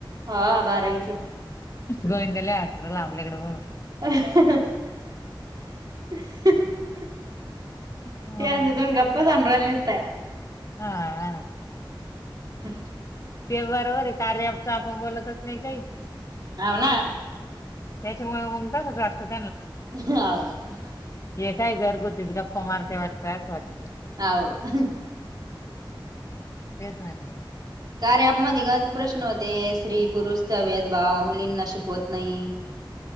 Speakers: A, on the right; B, on the left.
A: हा बारावीच
B: गोविंदाला आसर लावल्याकडें म्हणून
A: <inaudible>
B: मग
A: तेंत तुम्ही गप्पाचनराल नसता
B: हा ह
A: हम्
B: तेवररे कार्याच आपण बोलतच नाही काही
A: अवना
B: त्याच्यामुळे मग त
A: ह
B: हे काय गर गोतच गप मारतेय वाटत असं वाटत
A: हव
B: तेचलं
A: कार्या मधण प्रश्न होते स्त्री पुरुषचा भेदभाव मुलींना शिकवत नाही <inaudible>